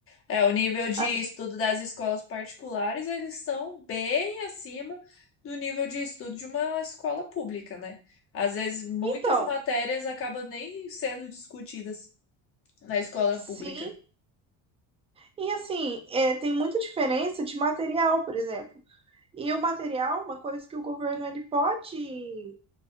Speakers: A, on the left (about 35°); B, on the right (about 15°).
A: É, o nível de
B: Assim,
A: estudo das escolas particulares, eles estão bem acima do nível de estudo de uma escola pública, né? Às vezes, muitas
B: então,
A: matérias acabam nem sendo discutidas na escola
B: sim.
A: pública.
B: E assim, é, tem muita diferença de material, por exemplo. E o material, é uma coisa que o governo ele pode